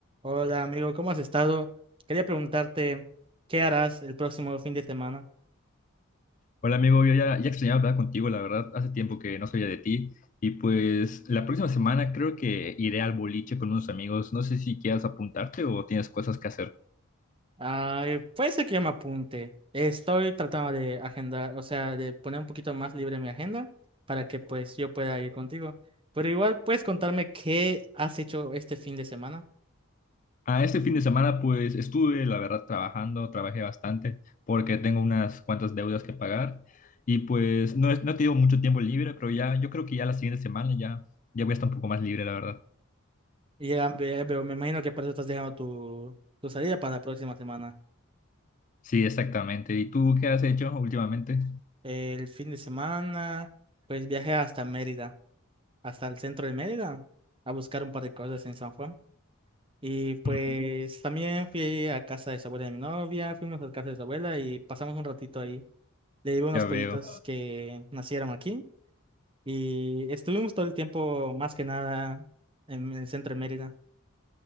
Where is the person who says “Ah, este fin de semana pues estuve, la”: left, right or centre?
Left